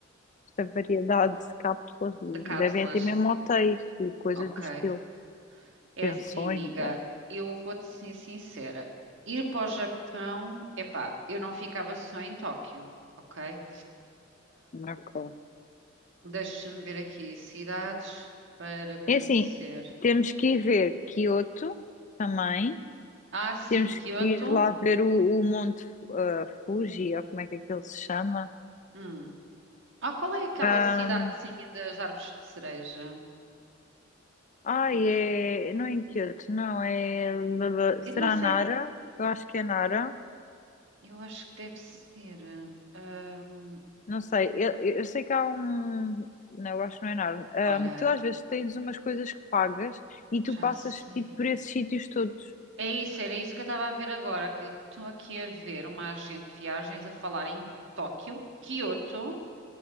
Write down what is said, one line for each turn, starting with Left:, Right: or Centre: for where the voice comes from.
Left: esta variedade de cápsulas. Deve
Right: de cápsulas,
Left: até mesmo hotéis e coisas
Right: ok.
Left: do estilo,
Right: É
Left: pensões
Right: assim, amiga,
Left: ou.
Right: eu vou-te ser sincera. Ir para o Japão, epá, eu não ficava só em Tóquio, ok?
Left: Ok.
Right: Deixa-me ver aqui. Cidades para conhecer.
Left: É assim, temos que ir ver Kyoto também.
Right: Ah, sim,
Left: Temos
Right: Kyoto.
Left: que ir lá ver o, o Monte ah, Fuji, ou como é que é que ele se chama?
Right: Hum. Ah, qual é aquela
Left: Ahm,
Right: cidadezinha das árvores de cereja?
Left: ai, é. Não é em Kyoto, não, é.
Right: Eu
Left: Será
Right: não sei.
Left: Nara? Eu acho que é Nara.
Right: Eu acho que deve ser. hum,
Left: Não sei, eu, eu sei que há um. Não, eu acho que não é Nara. Ahm,
Right: olha,
Left: tu às vezes tens umas coisas que pagas e
Right: já
Left: tu passas
Right: sei.
Left: tipo por esses sítios todos.
Right: É isso, era isso que eu estava a ver agora, que eu estou aqui a ver uma agente de viagens a falar em Tóquio, Kyoto,